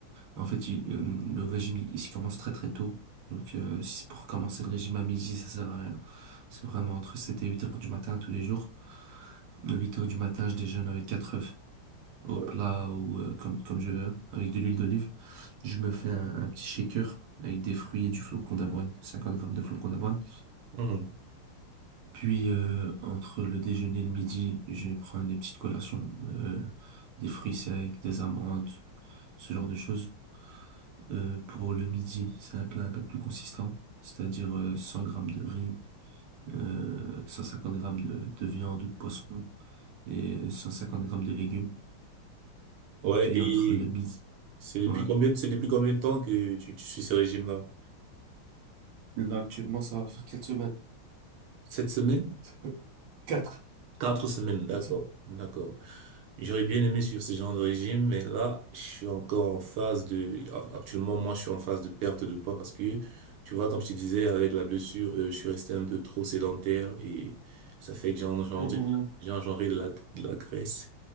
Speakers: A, on the right; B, on the right.
A: En fait, il- euh, le régime, il, il se commence très très tôt. Donc, euh, si c'est pour commencer le régime à midi, ça sert à rien. C'est vraiment entre 7 et 8 heures du matin tous les jours. À 8 heures du matin, je déjeune avec quatre œufs au
B: Ouais.
A: plat ou euh, comme, comme je veux, avec de l'huile d'olive. Je me fais un, un petit shaker avec des fruits et du flocon d'avoine, 50 grammes de flocon d'avoine.
B: Mhm.
A: Puis, euh, entre le déjeuner et le midi, je prends des petites collations, euh, des fruits secs, des amandes, ce genre de choses. Euh, pour le midi, c'est un plat un peu plus consistant, c'est-à-dire euh, 100 grammes de riz, euh, 150 grammes de, de viande ou de poisson et euh, 150 grammes de légumes.
B: Ouais,
A: Puis
B: et
A: entre le midi,
B: C'est depuis
A: ouais.
B: combien, c'est depuis combien de temps que tu, tu suis ce régime-là?
A: Là, actuellement, ça va faire 4 semaines.
B: Sept semaines?
A: <laughs> quatre
B: Quatre semaines, d'accord,
A: quatre semaines.
B: d'accord. J'aurais bien aimé suivre ce genre de régime, mais là, je suis encore en phase de, enfin, actuellement, moi, je suis en phase de perte de poids parce que, tu vois, comme je te disais, avec la blessure, euh, je suis resté un peu trop sédentaire et ça fait que j'ai engendré,
A: Mhm,
B: de la- j'ai engendré de la, de la graisse.